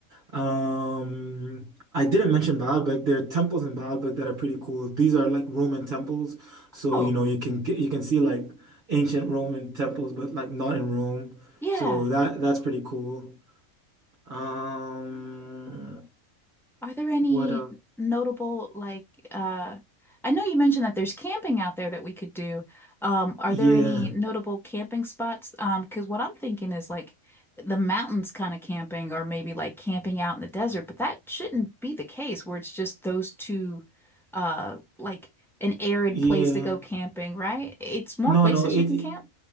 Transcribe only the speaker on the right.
Um, I didn't mention Baalbek. There are temples in Baalbek that are pretty cool. These are like Roman temples, so
you know you can get, you can see like ancient Roman temples, but like not in Rome.
So that that's pretty cool. Um,
what a
yeah,
yeah.
No,
no. It